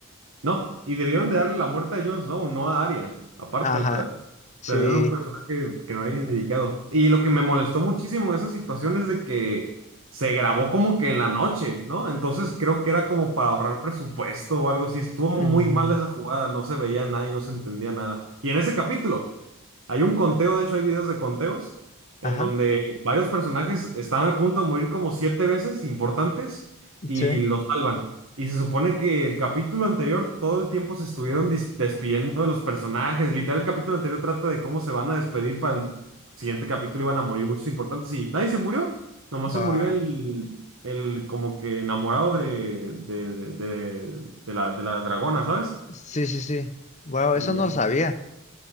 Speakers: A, on the right; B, on the left.
A: No, y debieron de darle la muerte a Jon Snow, no a Arya. Aparte,
B: Ajá,
A: o sea,
B: sí,
A: se dieron un personaje que no había dedicado. Y lo que me molestó muchísimo de esa situación es de que se grabó como que en la noche, ¿no? Entonces creo que era como para ahorrar presupuesto o algo así. Estuvo
B: ujú,
A: muy mal esa jugada, no se veía nada y no se entendía nada. Y en ese capítulo hay un conteo, de hecho hay videos de conteos, en
B: ajá,
A: donde varios personajes estaban a punto de morir como siete veces importantes y
B: sí,
A: los salvan. Y se supone que el capítulo anterior todo el tiempo se estuvieron dis- despidiendo de los personajes. Literal, el capítulo anterior trata de cómo se van a despedir para el siguiente capítulo. Iban a morir muchos importantes. Y nadie se murió. Nomás
B: Wow.
A: se murió el, el como que enamorado de, de, de, de la, de la dragona, ¿sabes?
B: sí, sí, sí, wow,
A: Y
B: eso no
A: ya,
B: lo sabía.